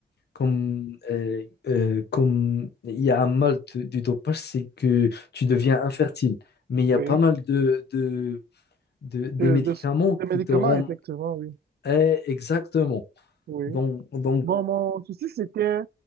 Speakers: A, on the left; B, on the right.
A: comme, euh, euh, comme il y a un mal de- du dopage, c'est que tu deviens infertile. Mais il y
B: oui,
A: a pas mal de, de, de- des
B: euh,
A: médicaments
B: de- des médicaments,
A: qui te rendent
B: effectivement, oui.
A: eh, exactement.
B: Oui.
A: Donc, donc
B: Bon, mon souci, c'était,